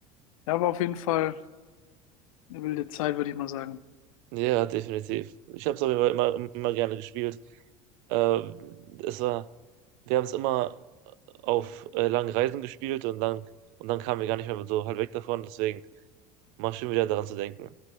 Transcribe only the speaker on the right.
Ja, definitiv. Ich habe es aber jeden immer, immer gerne gespielt. Ähm, es war, wir haben es immer auf äh, langen Reisen gespielt und dann, und dann kamen wir gar nicht mehr so halt weg davon. Deswegen mal schön wieder daran zu denken.